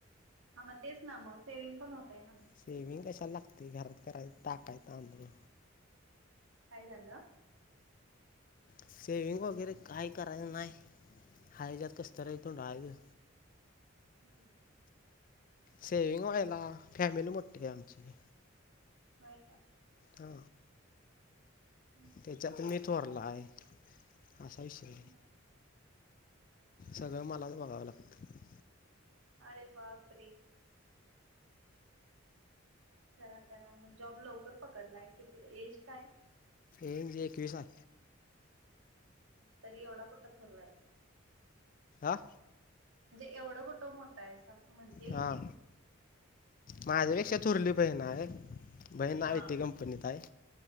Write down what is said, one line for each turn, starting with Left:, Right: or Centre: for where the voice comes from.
Right: हा मग तेच ना मग सेविंग पण होतेय ना.
Left: सेविंग कशाला लागते घरात कराय टाकाय तांदूळ.
Right: काय झालं?
Left: सेविंग वगैरे काही करायच नाही हाय हेझ्यात कसतरा गुंडायचं.
Right: हम्म
Left: सेविंग व्हायला फॅमिली मोठी आहे आमची.
Right: होय का.
Left: हा.
Right: हम्म
Left: त्याच्यात मी
Right: मग
Left: थोरला
Right: चालत
Left: आहे असा विषय..
Right: बर
Left: सगळं मलाचं बघावं लागतं.
Right: अरे बापरे! करा करा मग जॉब लवकर पकडलाय. कि एज काय?
Left: एज जे एकवीस आहे.
Right: ह तरी एवढा कुठं थोरलाईस.
Left: आा.
Right: म्हणजे एवढं कुठं मोठं आहे स असं म्हणते.
Left: हां माझ्यापेक्षा चुरली बहिण आहे. बहीण आयटी
Right: हा
Left: कंपनीत हाय